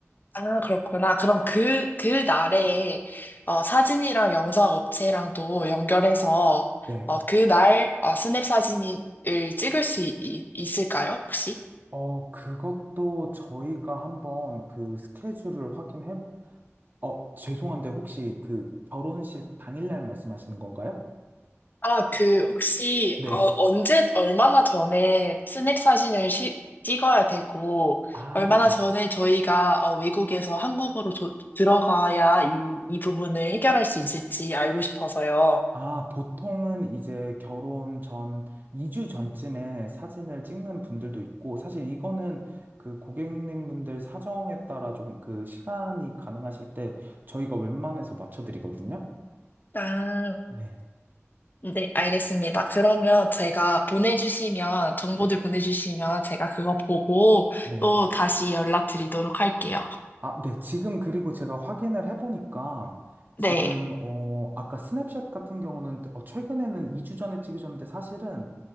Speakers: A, on the left; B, on the right.
A: 아, 그렇구나. 그럼 그, 그 날에, 어, 사진이랑 영상 업체랑도 연결해서,
B: 네.
A: 어, 그 날, 어, 스냅 사진을 찍을 수 있, 있- 있을까요, 혹시?
B: 어, 그것도 저희가 한번 그 스케줄을 확인해, 어, 죄송한데 혹시 그 결혼식 당일날 말씀하시는 건가요?
A: 아, 그, 혹시,
B: 네.
A: 어, 언제, 얼마나 전에 스냅 사진을 시- 찍어야 되고,
B: 아,
A: 얼마나
B: 네.
A: 전에 저희가, 어, 외국에서 한국으로 도- 들어가야 이, 이 부분을 해결할 수 있을지 알고 싶어서요.
B: 아, 보통은 이제 결혼 전 2주 전쯤에 사진을 찍는 분들도 있고, 사실 이거는 그 고객님분들 사정에 따라 조금 그 시간이 가능하실 때 저희가 웬만해서 맞춰드리거든요.
A: 아.
B: 네.
A: 네, 알겠습니다. 그러면 제가 보내주시면, 정보들
B: 네.
A: 보내주시면 제가 그거 보고
B: 네.
A: 또 다시 연락드리도록 할게요.
B: 아, 네. 지금 그리고 제가 확인을 해보니까 지금,
A: 네.
B: 어, 아까 스냅샷 같은 경우는 어, 최근에는 2주 전에 찍으셨는데 사실은